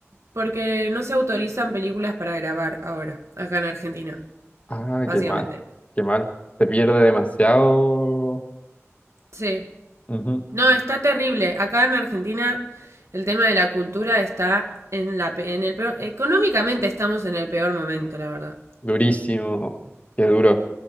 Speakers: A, on the right; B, on the left.
A: porque no se autorizan películas para grabar ahora, acá en Argentina,
B: ah,
A: básicamente.
B: qué mal, qué mal. Se pierde demasiado.
A: Sí.
B: Ujú,
A: No, está terrible. Acá en Argentina el tema de la cultura está en la, pe- en el peor, económicamente estamos en el peor momento, la verdad.
B: Durísimo, qué duro.